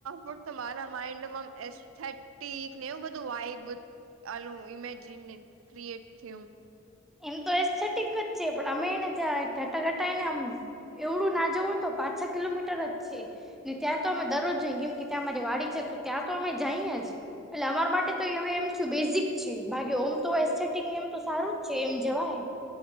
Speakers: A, on the right; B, in the centre.
A: રો તો મારા માઈન્ડ માં એસ થર્ટીક ને એવું બધું આવી ગીયુ ઓલું ઇમેજિન ક્રિએટ થયું.
B: એમ તો એસ્થેટીક જ છે પણ અમે નતા ઘટાઘટાય ને આમ એવડું ના જવું ને તો પાચ છ કિલોમીટર જ છે. ને ત્યાં તો અમે દરરોજ જઈએ કેમ કે ત્યાં અમારી વાડી છે તો ત્યાં તો અમે જઈએ જ. એટલે અમારા માટે તો હવે એમ બેઝિક છે બાકી ઓમ તો એસ્થેટિક એમ તો સારું જ છે એમ જવાય.